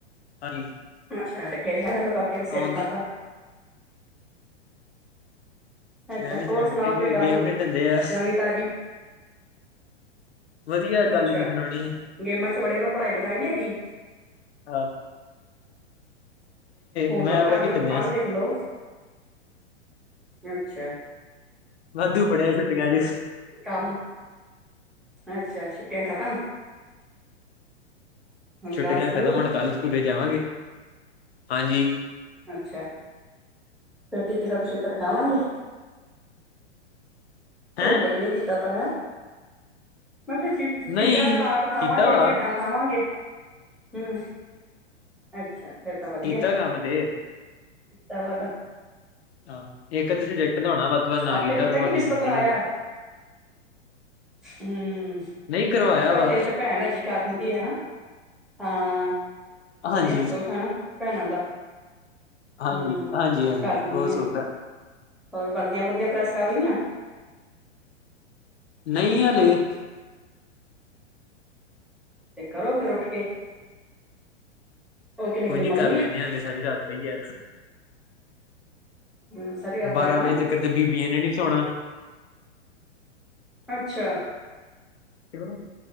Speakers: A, on the left; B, in the centre.
A: <unintelligible>
B: ਅੱਛਾ ਤੇ ਫੇਰ ਹੈਲੋ ਹੈਲੋ ਕਰਕੇ ਸਿਰ
A: ਆਉਂਦੀ
B: ਖਾਧਾ। ਅੱਛਾ
A: ਐਵੇਂ ਜਾਣ
B: ਹੋਰ ਸੁਣਾਓ
A: ਕੇ
B: ਕੋਈ ਗੱਲ
A: ਗੇਮ ਖੇਡਣ ਦੇ ਆ
B: ਨਵੀਂ ਤਾਜ਼ੀ।
A: ਵਧੀਆ
B: ਅੱਛਾ
A: ਗੱਲ ਕੀ ਸੁਣਾਉਣੀ
B: ਗੇਮਾਂ 'ਚ ਵੜੇ ਰੋ, ਪੜ੍ਹਾਈ ਲਿਖਾਈ ਨੀ ਹੈਗੀ।
A: ਆ।
B: ਹੋਮਵਰਕ
A: ਮੈਂ
B: ਕਰ
A: ਬੜਾ
B: ਲਓ,
A: ਖੇਡਣ
B: ਤੇ
A: ਦਿਆ
B: ਪੜ ਲਿਖ ਲਓ। ਅੱਛਾ।
A: ਵਾਧੂ ਪੜਿਆ ਛੁੱਟੀਆਂ 'ਚ।
B: ਕੰਮ- ਅੱਛਾ ਛੁੱਟੀਆਂ ਖਤਮ ਹੁਣ
A: ਛੁੱਟੀਆਂ
B: ਕੱਲ ਸਕੂਲ
A: ਖਤਮ ਹੁਣ ਕਲ ਸਕੂਲੇ ਜਾਵਾਂਗੇ। ਹਾਂਜੀ
B: ਅੱਛਾ ਫੇਰ ਟੀਚਰਾਂ ਤੋਂ ਛਿੱਤਰ ਖਾਵਾਂਗੇ।
A: ਹੈਂ
B: ਹੋਮਵਰਕ ਨੀ ਕੀਤਾ ਤਾਂ ਹੈਂ, ਮੈਂ ਫਿਰ
A: ਨਹੀਂ
B: ਟੀਚਰਾਂ ਕੋਲ ਡਾਂਟ ਖਾਵਾਂਗੇ,
A: ਕੀਤਾ ਵਾ
B: ਝਿੜਕਾਂ ਖਾਵਾਂਗੇ। ਹੂੰ ਅੱਛਾ ਫੇਰ ਤਾਂ ਵਧੀਆ।
A: ਕੀਤਾ ਕੰਮ ਤੇ
B: ਕੀਤਾ ਦਾ ਤਾ
A: ਹਾਂ ਇੱਕ ਦੋ ਸਬਜੈਕਟ ਦਾ ਹੋਣਾ, ਵੱਧ ਤੋਂ ਵੱਧ ਨਾ
B: ਆਪੇ
A: ਕੀਤਾ ਵੀ
B: ਕਿ
A: ਬਾਕੀ
B: ਕਿਸੇ
A: ਕੀਤਾ
B: ਤੋਂ ਕਰਾਇਆ
A: ਈ ਆ।
B: ਹੂੰ
A: ਨਹੀਂ ਕਰਵਾਇਆ
B: ਚੱਲ
A: ਵਾ
B: ਤੇਰੀ ਤਾਂ ਭੈਣ ਹੈਗੀ ਕਰ ਦਿੰਦੀ ਹੈਨਾ। ਹਾਂ
A: ਹਾਂਜੀ
B: ਵਧੀਆ ਸੁੱਖ ਆ ਣਾ ਭੈਣਾਂ ਦਾ।
A: ਹਾਂਜੀ-ਹਾਂਜੀ-ਹਾਂਜੀ
B: ਹੂੰ ਕਰ ਦਿੰਦੀਆਂ
A: ਬੋਤ ਸੁੱਖ ਐ।
B: ਹੋਰ ਵਰਦੀਆਂ ਵੁਰਦੀਆਂ ਪ੍ਰੈਸ ਕਰ ਲੀਆਂ।
A: ਨਈ ਹਾਲੇ
B: ਅੱਛਾ ਤੇ ਕਰੋ ਫੇਰ ਉੱਠ ਕੇ। ਉਹ ਕਿੰਨੇ
A: ਕੋਈ
B: ਕਿੰਨੇ
A: ਨੀ
B: ਮੰਮੀ
A: ਕਰ ਲੈਂਣੇ
B: ਨੇ
A: ਆ ਹਾਲੇ ਸਾਰੀ ਰਾਤ ਪਈ ਆ।
B: ਹੂੰ ਸਾਰੀ ਰਾਤ
A: ਬਾਰਾਂ
B: ਜਾਗਣਾ
A: ਵਜੇ ਤੱਕਣ ਤੇ ਬੀਬੀਆਂ ਨੇ ਨੀ ਸੋਣਾ।
B: ਅੱਛਾ।
A: <unintelligible>